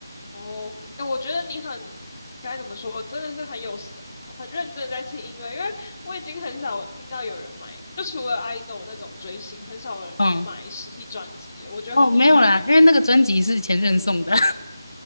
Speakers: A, on the left (about 35°); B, on the left (about 80°).
A: 哦，哎，我觉得你很该怎么说，真的是很有时很认真地在听音乐，因为我已经很少听到有人买，就除了 idol 那种追星，很少人买实体专辑了我觉得很厉害
B: 嗯，哦，没有啦，
A: <laughs>
B: 因为那个专辑是前任送的，